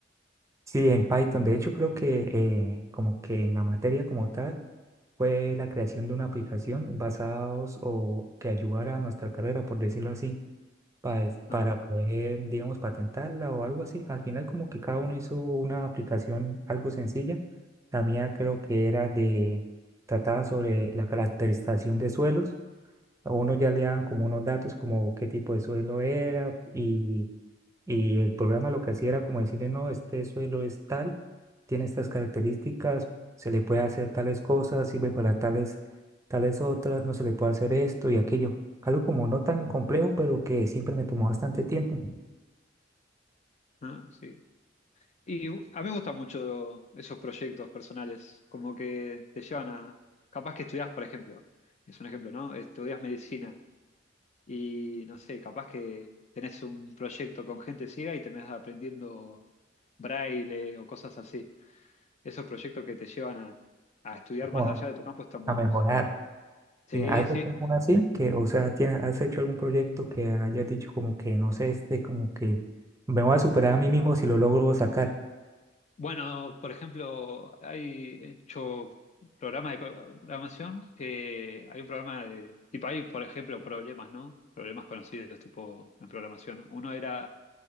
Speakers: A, on the right (about 15°); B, on the left (about 35°).
A: sí, en Python, de hecho creo que eh, como que en la materia como tal fue la creación de una aplicación basados o que ayudara a nuestra carrera, por decirlo así. pa- para
B: Ajá,
A: poder, digamos, patentarla o algo así. Al final como que cada uno hizo una aplicación algo sencilla. La mía creo que era de, trataba sobre la caracterización de suelos. A uno ya le daban como unos datos como qué tipo de suelo era y y el programa lo que hacía era como decirle, no, este suelo es tal, tiene estas características, se le puede hacer tales cosas, sirve para tales, tales otras, no se le puede hacer esto y aquello. Algo como no tan complejo, pero que siempre me tomó bastante tiempo
B: ah, sí. Y u- a mí me gustan mucho esos proyectos personales, como que te llevan a, capaz que estudias, por ejemplo, es un ejemplo, ¿no? Estudias medicina y no sé, capaz que tenés un proyecto con gente ciega y terminás aprendiendo braille o cosas así. Esos proyectos que te llevan a, a estudiar
A: como
B: más allá de tu campo están buenos.
A: a mejorar.
B: Sí,
A: ¿Tien- ¿Has
B: sí.
A: hecho alguna así? Que, o sea, tiene- ¿has hecho algún proyecto que hayas dicho como que, no sé, este, como que me voy a superar a mí mismo si lo logro sacar?
B: Bueno, por ejemplo, hay hecho programas de programación que hay un programa de tipo hay, por ejemplo, problemas, ¿no? Problemas conocidos tipo en programación. Uno era